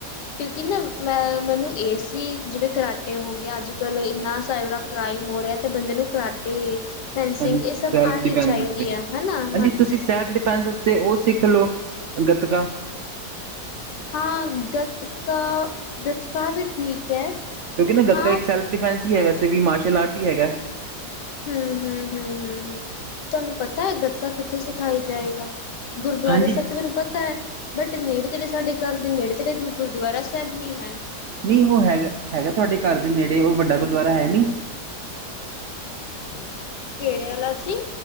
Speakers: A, on the left; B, on the right.
A: ਕਿਉਂਕਿ ਨਾ ਮੈਂ ਮੈਨੂੰ ਇਹ ਸੀ ਜਿਵੇਂ ਕਰਰਾਟੇ ਹੋ ਗਏ ਅੱਜ ਕੱਲ ਇੰਨਾ ਸ ਕ੍ਰਾਈਮ ਮੋ ਰਿਹਾ ਤੇ ਬੰਦੇ ਨੂੰ ਕਰਾਟੇ ਫੈਂਸਿੰਗ
B: ਹਾਂਜੀ
A: ਇਹ ਸਭ
B: ਸੈਲਫ
A: ਆਉਣੀ
B: ਡਿਫੈਂਸ
A: ਚਾਹੀਦੀ
B: ਤੇ
A: ਆ ਹੈ ਨਾ
B: ਹਾਂਜੀ ਤੁਸੀਂ ਸੈਲਫ ਡਿਫੈਂਸ ਵਾਸਤੇ ਉਹ ਸਿੱਖ ਲਓ। ਗਤਕਾ,
A: ਹਾਂ ਗਤਕਾ ਗੱਤਕਾ ਵੀ ਠੀਕ ਹੈ।
B: ਕਿਉਂਕਿ ਨਾ ਗਤਕਾ
A: ਹਾਂ
B: ਇੱਕ ਸੈਲਫ ਡਿਫੈਂਸ ਹੀ ਹੈ ਵੈਸੇ ਵੀ ਮਾਰਸ਼ਲ ਆਰਟ ਹੀ ਹੈਗਾ।
A: ਹੂੰ-ਹੂੰ-ਹੂੰ-ਹੂੰ-ਹੂੰ, ਤੁਹਾਨੂੰ ਪਤਾ ਹੈ ਗਤਕਾ ਕਿੱਥੇ ਸਿਖਾਈ ਜਾਏਗਾ। ਗੁਰਦੁਆਰੇ
B: ਹਾਂਜੀ
A: ਸਾਹਿਬ ਤੋਂ ਮੈਨੂੰ ਪਤਾ ਹੈ। ਬਟ ਨੇੜੇ ਤੇੜੇ ਸਾਡੇ ਘਰ ਦੇ ਨੇੜੇ-ਤੇੜੇ ਕੋਈ ਗੁਰਦੁਆਰਾ ਸਾਹਿਬ ਨੀ ਹੈ।
B: ਨਹੀਂ ਉਹ ਹੈਗਾ-ਹੈਗਾ ਤੁਹਾਡੇ ਘਰ ਦੇ ਨੇੜੇ ਉਹ ਵੱਡਾ ਗੁਰਦੁਆਰਾ ਹੈ ਨੀ,
A: <inaudible> ਕਿਹੜੇ ਵਾਲਾ ਜੀ